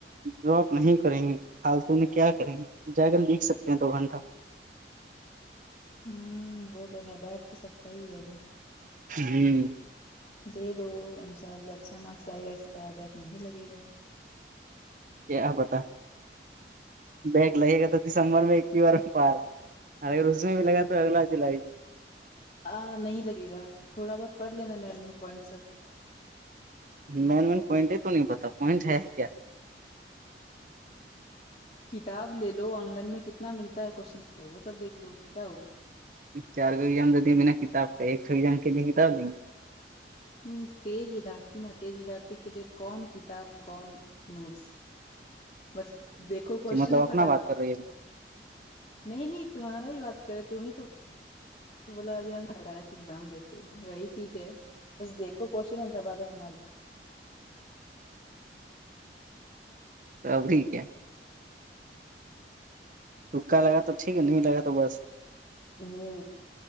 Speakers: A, on the right (about 45°); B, on the left (about 35°).
A: ڈراپ نہیں کریں گ فالتو میں کیا کریں گ جا کر لکھ سکتے ہیں دو گھنٹہ
B: ہوں وہ تو ہے بیٹھ تو سکتا ہی ہے ابھی
A: ہوں
B: دے دو ان شاء اللہ اچھا مارکس آئے گا اس بار بیک نہیں لگے گا
A: کیا پتا بیگ لگے گا تو دسمبر میں بارم پار اگر اس میں بھی لگا تو اگلا جلائی
B: آ نہیں لگے گا تھوڑا بہت پڑھ لینا میم ان پوائنٹ سب
A: مین مین پوائنٹ ہی تو نہیں پتا پوائنٹ ہے کیا
B: کتاب لے لو آن لائن میں کتنا ملتا ہے کوشن پیپر وہ سب دیکھ لو کیا ہوگا
A: چار کوام دتیے بنا کتاب کا ایک کے لیے کتاب لیں گے
B: ہ تج ودارتیھی نا تج ودارتھی کہ ج کون کتاب کون نوٹس بس دیکھو کوشچن
A: مطلب اپنا
B: فٹاف
A: بات کر رہی ہے
B: نہیں نہیں تمہاری ہی بات کرے تم ہی تو بولا ابھی ہم نے ڈائریکٹ ایگزام دیتے وہی چیز ہے بس دیکھو کوشچن اور دھبا دھک مار دو
A: سب ٹھیک ہے رکا لگا تو ٹھیک ہے نہیں لگا تو بس
B: ہ